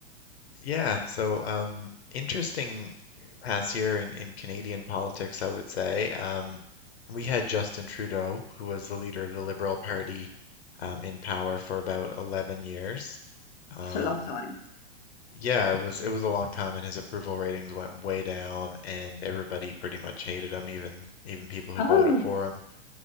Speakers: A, on the left (about 85°); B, on the left (about 50°).
A: Yeah, so um, interesting past year in, in Canadian politics, I would say. Um, we had Justin Trudeau, who was the leader of the Liberal Party, um, in power for about 11 years. Um,
B: That's a long time.
A: yeah, it was it was a long time, and his approval ratings went way down, and everybody pretty much hated him, even even people who
B: Oh,
A: voted for him.